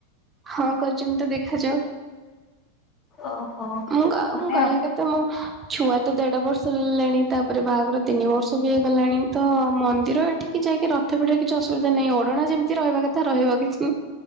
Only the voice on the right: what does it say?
ହଁ କରିଛନ୍ତି ତ ଦେଖାଯାଉ।
ମୁଁ
ମୁଁ କହିବା
କଥା ମୁଁ ଛୁଆ ତ ଦେଢ ବର୍ଷ ହେଲାଣି ତାପରେ ବାହାଘର ତିନି ବର୍ଷ ବି ହେଇଗଲାଣି ତ ମନ୍ଦିର ଏଠିକି ଯାଇକି ର ଥ ଭିଡ଼ିବା କିଛି ଅସୁବିଧା ନାହିଁ। ଓଢଣା ଯେମିତି ରହିବା କଥା ରହିବ କିଛି